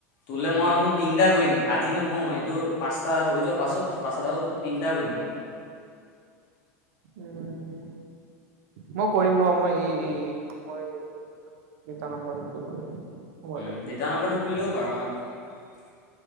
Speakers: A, on the left; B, on the right.
A: তোলে মই আৰু তিনিটা কৰিম আজি নকওঁ এইটো পাঁচটা হৈ যোৱা পাছত পাঁচটা তোক তিনটা কৰিম মই।
B: উম মই কৰিম ৰ মই এই মই দুটা নম্বৰটো কৰিব লাগিব। মোবাইলত
A: উম যেতিয়া নম্বৰটো খুলি লবও পাৰ আৰামত।